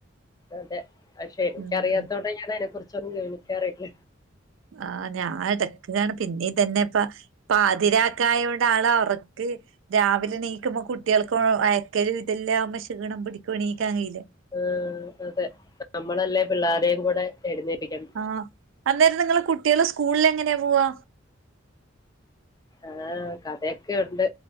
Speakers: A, on the left; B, on the right.
A: അതെ പക്ഷെ എനിക്കറിയാത്തോടെ
B: ഉം
A: ഞാൻ അതിനെ കുറിച്ചൊന്നും ഗവണിക്കാറില്ല
B: ആഹ് ഞാൻ എടക്ക് കാണും പിന്നെ തന്നെ ഇപ്പ പാതിരാക്കായ കൊണ്ട് ആളെ ഉറ ക്ക് രാവിലെ എണീക്കുമ്പോ കുട്ടികൾക്കും അയക്കല ഇല്ലാംകുമ്പോ ക്ഷീണം പിടിക്കും എണീക്കാൻ കയീല്ല
A: ആ അതെ നമ്മളല്ലേ പിള്ളോരെയും കൂടെ എഴുന്നേപ്പിക്കണ
B: ആ അന്നേരം നിങ്ങള് കുട്ടികള് സ്കൂളിൽ എങ്ങനെയാ പോവാ
A: ആഹ് കഥയൊക്കെ ഉണ്ട്